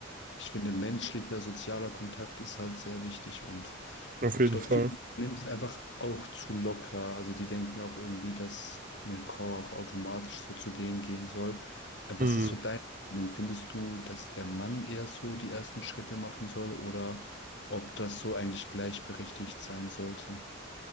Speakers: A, on the left (about 65°); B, on the right (about 45°).
A: Ich finde, menschlicher, sozialer Kontakt ist halt sehr wichtig und
B: Auf jeden
A: ich glaube,
B: Fall.
A: viele Männer nehmen es einfach auch zu locker. Also die denken auch irgendwie, dass eine Frau auch automatisch so zu denen gehen soll. Äh, Was
B: Mhm.
A: ist so deine Meinung? Findest du, dass der Mann eher so die ersten Schritte machen soll oder ob das so eigentlich gleichberechtigt sein sollte?